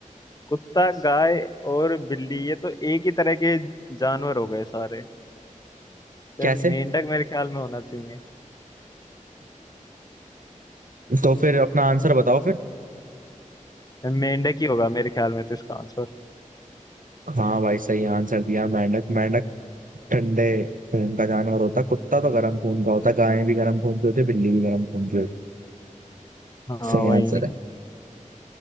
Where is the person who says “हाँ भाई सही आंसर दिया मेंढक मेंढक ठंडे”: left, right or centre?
Right